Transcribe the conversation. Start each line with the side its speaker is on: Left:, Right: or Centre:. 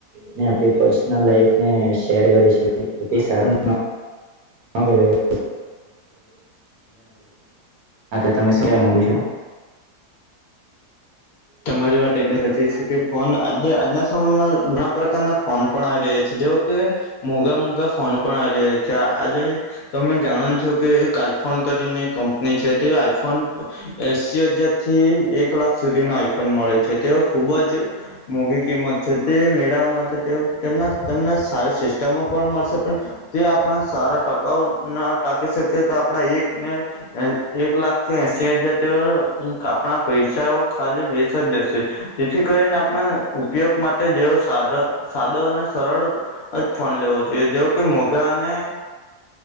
Right: ને આપણી પર્સનલ લાઈફ ને શેર કરે છે તો તે સારું ન હ કેવાય તમે શું કેવા માંગુ છો?
Left: તમારી વાત એકદમ સાચી છે કે ફોન આજે આજના સમયમાં ધના પ્રકારના ફોન પણ આવી રહ્યા છે જે કે મોઘા મોઘા ફોન પણ આવી રહ્યા છે આજે તમે જાણો છો કે એક આઈફોન કરીને કંપની છે તે આઈફોન એશી હજાર છે એક લાખ સુધીનો આઈફોન મળે છે તેઓ ખૂબ જ મોઘી કિંમત છે તે મેળવવા માટે તેમના તેમને સારી સિસ્ટમો પણ મળશે પણ મળશે તે આપણા સારા ટકાઉ ના ટાકી શકે તો આપણા એક ને એક લાખ કે એશી હજાર તેઓ આપણા પૈસાઓ ખાલી વેસ સજજ છે જેથી કરીને આપણા ઉપયોગ માટે જેવો સાધ સાદો અને સરળ જ ફોન લેવો જોઈએ જેવો કે મોઘા અને